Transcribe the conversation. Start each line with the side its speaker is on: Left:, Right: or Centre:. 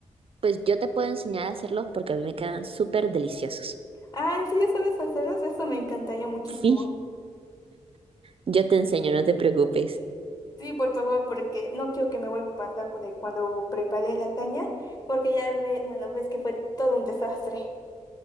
Right: Pues yo te puedo enseñar a hacerlos porque a mí me quedan súper deliciosos.
Left: Ah, ¿en serio sabes hacerlos? Eso me encantaría muchísimo.
Right: Sí, yo te enseño, no te preocupes.
Left: Sí, por favor, porque no quiero que me vuelva a pasar con el- cuando preparé lasaña, porque ya ve, bueno, ves que fue todo un desastre.